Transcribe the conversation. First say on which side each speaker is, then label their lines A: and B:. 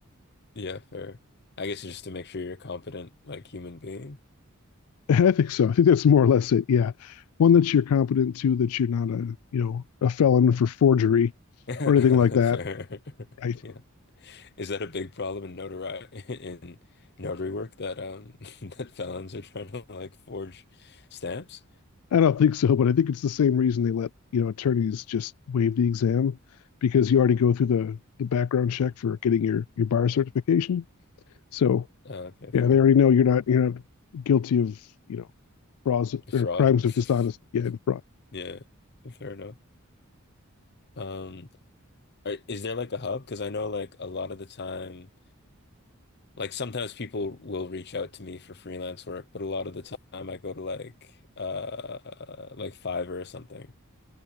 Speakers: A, on the left; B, on the left.
A: Yeah, fair. I guess just to make sure you're a competent like human being.
B: <laughs> I think so. I think that's more or less it. Yeah. One that you're competent to, that you're not a, you know, a felon for forgery
A: <laughs> Fair.
B: or anything like that.
A: <laughs>
B: Right.
A: Yeah. Is that a big problem in notari <laughs> in notary work that um <laughs> that felons are trying to like forge stamps?
B: I don't think so, but I think it's the same reason they let, you know, attorneys just waive the exam because you already go through the the background check for getting your your bar certification. So
A: Uh, okay,
B: yeah,
A: fair.
B: they already know you're not you're not guilty of, you know, frauds or
A: Fraud.
B: crimes of dishonesty yeah,
A: <laughs>
B: and fraud.
A: Yeah, fair enough. Um, are- is there like a hub? Because I know like a lot of the time, like sometimes people will reach out to me for freelance work, but a lot of the time I go to like uh like Fiverr or something